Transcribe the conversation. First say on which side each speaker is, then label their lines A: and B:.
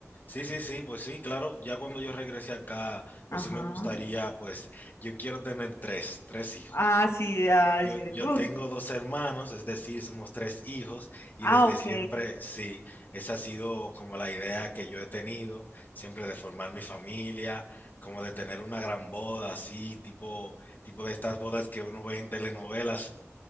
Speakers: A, on the left; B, on the left.
A: Sí, sí, sí, pues sí, claro, ya cuando yo regrese acá,
B: Ajá.
A: pues sí me gustaría, pues yo quiero tener tres, tres hijos.
B: Ah, sí, ah,
A: Yo,
B: sí.
A: yo
B: uf.
A: tengo dos hermanos, es decir, somos tres hijos y
B: Ah,
A: desde
B: ok.
A: siempre, sí, esa ha sido como la idea que yo he tenido, siempre de formar mi familia, como de tener una gran boda, así, tipo, tipo de estas bodas que uno ve en telenovelas,